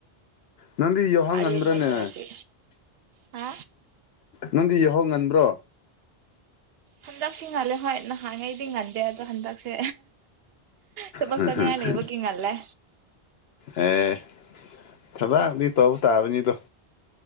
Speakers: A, on the left (about 75°); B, on the right (about 70°).
A: ꯅꯪꯗꯤ ꯌꯨꯍꯧ ꯉꯟꯗ꯭ꯔꯦꯅꯦ
B: ꯑꯗꯨ ꯅꯠꯇ꯭ꯔꯗꯤ ꯍꯥ
A: ꯅꯪꯗꯤ ꯌꯥꯎꯍꯧ ꯉꯟꯕ꯭ꯔꯣ
B: ꯍꯟꯗꯛꯁꯤ ꯉꯜꯂꯦ ꯍꯣꯏ ꯅꯍꯥꯟꯉꯩꯗꯤ ꯉꯟꯗꯦ ꯑꯗꯣ ꯍꯟꯗꯛꯁꯦ ꯊꯕꯛ
A: ꯍꯥ
B: ꯆꯠꯅꯤꯡꯉꯥꯏ
A: ꯍꯥ
B: ꯂꯩꯕꯒꯤ
A: ꯍ
B: ꯉꯜꯂꯦ
A: ꯌꯦ ꯊꯕꯥꯛꯗꯤ ꯇꯥꯎ ꯇꯥꯕꯅꯤꯗꯣ